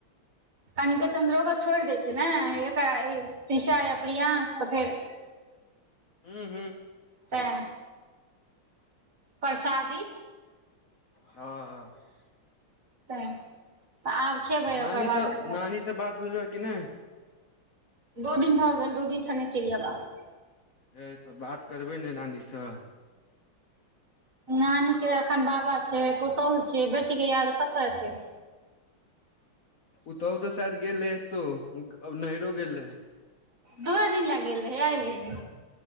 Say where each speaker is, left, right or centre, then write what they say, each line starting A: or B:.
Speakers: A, on the right; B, on the left.
A: कनिक चंन्द्रो के छोड़ि देय छै ने एक तीषा या प्रियं त फेर
B: हुँ
A: तै प्रसादी
B: हँ हँ
A: तऽ आब खेबै
B: नानीसँ
A: ओकर बादमे फेर
B: नानीसँ बात भेलौए कि नहि
A: दू दिन भऽ गेल दु दिन सँ नहि केलिए बात
B: है तऽ बात करबै ने नानीसँ
A: नानीक के एखन बाबा छै पुतोहु छै बेटी के याद कतऽ एतै
B: पुतहु तऽ शायद गेलै एतौ आब नहिरो गेलै
A: दूए दिन ले गेल रहय आबि गेलै